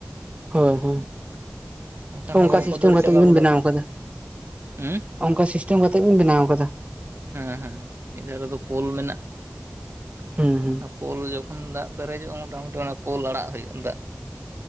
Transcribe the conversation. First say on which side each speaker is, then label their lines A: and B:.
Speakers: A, on the right (about 30°); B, on the right (about 75°).
A: ᱦᱳᱭ ᱦᱩᱸ ᱾
B: ᱵᱟᱝᱠᱷᱟᱱ
A: ᱚᱝᱠᱟ
B: ᱦᱟᱹᱠᱩ ᱠᱚ
A: ᱥᱤᱥᱴᱟᱹᱢ
B: ᱫᱟᱹᱲ
A: ᱠᱟᱛᱮᱜ
B: ᱪᱟᱵᱟ
A: ᱜᱮᱵᱮᱱ
B: ᱜᱚᱫᱟ
A: ᱵᱮᱱᱟᱣ
B: ᱠᱚ
A: ᱠᱟᱫᱟ
B: ᱦᱮᱸ
A: ᱚᱝᱠᱟ ᱥᱤᱥᱴᱟᱹᱢ ᱠᱟᱛᱮᱜ ᱵᱮᱱ ᱵᱮᱱᱟᱣ ᱠᱟᱫᱟ᱾
B: ᱦᱮᱸ ᱦᱮᱸ ᱢᱤᱫ ᱫᱷᱟᱨᱮ ᱫᱚ ᱯᱳᱞ ᱢᱮᱱᱟᱜ ᱾
A: ᱦᱩᱸ ᱦᱩᱸ ᱾
B: ᱚᱱᱟ ᱯᱳᱞ ᱡᱚᱠᱷᱚᱱ ᱫᱟᱜ ᱯᱮᱨᱮᱡᱚᱜᱼᱟ ᱢᱚᱴᱟᱢᱩᱴᱤ ᱚᱱᱟ ᱯᱳᱞ ᱟᱲᱟᱜ ᱦᱩᱭᱩᱜᱼᱟ ᱫᱟᱜ᱾